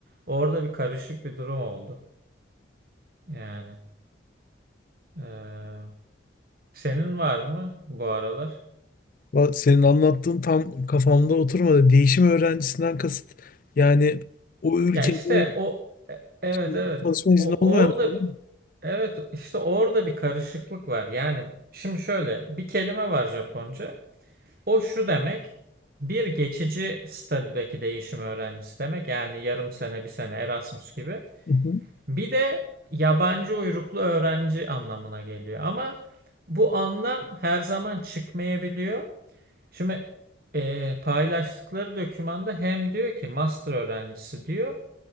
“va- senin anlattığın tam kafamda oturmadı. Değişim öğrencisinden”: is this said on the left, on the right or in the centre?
Left